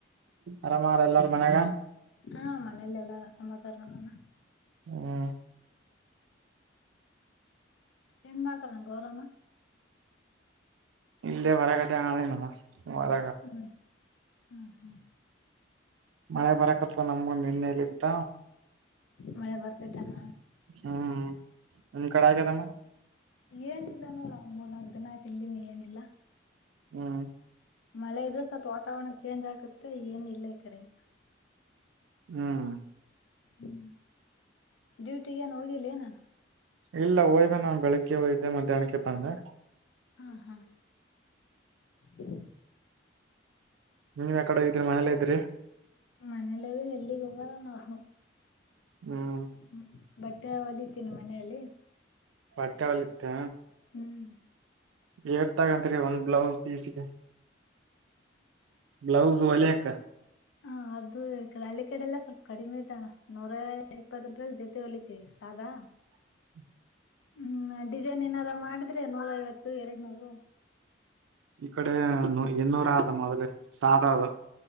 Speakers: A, on the right; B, on the left.
A: ಆರಾಮಾರ ಎಲ್ಲಾರ ಮನೆಗೆ
B: ಹಾ ಮನೇಲೆೆಲ್ಲ ಸಮಾಧಾರ ನೋಡಣ
A: ಹ್ಮ
B: ಏನ್ ಮಾಡ್ತಾರ ನಂ ಗೌರವ
A: ಇಲ್ಲೇ ಹೊರಗಟ್ಟೆ ಆನಮ್ಮ ಹೊರ
B: ಹ್ಮ್ ಹ್ಮ್ ಹ್ಮ್
A: ಮಳೆ ಬರಕತ್ವಾ ನಮ್ಗ ನಿನ್ನೆಲಿದ
B: ಮಳೆ ಬರ್ತಿದ್ದಾನ
A: ಹ್ಮ್ ನಿಮ ಕಡೆ ಆಗ್ಯದಮ್ಮ
B: ಏನಿಲ್ಲ ನೋಡಣ್ಣ ಮೂರ್ನಾಾಲ್ಕು ದಿನ ಆಯತು ಇಲ್ಲಿನು ಏನಿಲ್ಲ
A: ಹ್ಮ್
B: ಮಳೆ ಇದು ಸ್ವಲ್ಪ ವಾತಾವರಣ ಚೇಂಜ್ ಆಗುತ್ತೆ ಏನ ಇಲ್ಲ ಈ ಕಡೆಗೆ
A: ಹ್ಮ್
B: ಹ್ಮ್ ಡ್ಯೂಟಿಗೆ ಏನ್ ಹೋಗಿಲ್ಲ ನಾನು
A: ಇಲ್ಲ ಹೋಯ್ನಾ ಬೆಳಿಗ್ಗೆ ಹೋಯ್ದೆ ಮಧ್ಯಾಹ್ನಕ್ಕೆ ಬಂದೆ
B: ಹಾ ಹಾ ಹ್ಮ
A: ನೀನ್ಯ ಕಡೆ ಹೋಗಿದೀ ಮನೆಯಲ್ಲಿ ಇದ್ರಿ
B: ಮನೇಲಿದು ಎಲ್ಲಿಗ್ ಹೋಗಲ್ಲ ನಾವು
A: ಹ್ಮ್
B: ಹ್ಮ್ ಬಟ್ಟೆ ಹೊಲಿತೀನಿ ಮನೆಯಲ್ಲಿ
A: ಪಟ್ಟಾವಲಿತ್ತ
B: ಹ್ಮ್
A: ಏಟ್ ತಗಂತರಿ ಒಂದ್ ಬ್ಲೌಸ್ ಪೀಸ್ಗೆ ಬ್ಲೌಸ್ ಒಲಕ್ಕ
B: ಹ ಅದು ಈ ಕ ಹಳ್ಳಿ ಕಡೆ ಎಲ್ಲ ಸ್ವಲ್ಪ ಕಡಿಮೆ ಆತ ನೂರ ಇಪ್ಪತ್ ರೂಪಾಯಾಗ ಜೊತೆ ಹೊಲಿತವಿ ಸಾದಾ
A: <inaudible>
B: ಹ್ಮ್ ಡಿಸೈನ್ ಏನಾರ ಮಾಡಿದ್ರೆ ನೂರ ಐವತ್ತು ಎರಡ್ ನೂರು
A: ಈ ಕಡೆ ನೂರು ಇನ್ನೂರು ಆದ ಮೊದಲ ಸಾಧ ಆದ